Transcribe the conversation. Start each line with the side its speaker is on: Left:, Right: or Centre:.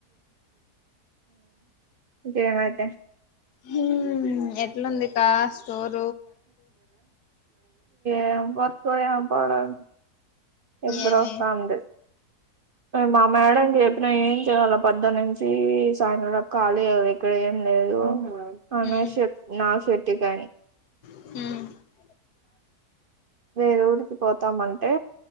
Right: ఇంకేం ఐతే
Left: హు ఎట్లుంది కా స్టోర్
Right: ఏం పత్యా పాడడి అపూడొస్తంది
Left: ఏమి
Right: మా మేడం చెప్పినా ఏం చేయాలి పద్ద నుంచి సాయంత్ర కా లేవు ఇక్కడ ఏం లేదు అ
Left: ఉమ్
Right: నాట్ నా ట్టి కానీ
Left: ఉ
Right: వేర ఊరికి పోతామంటే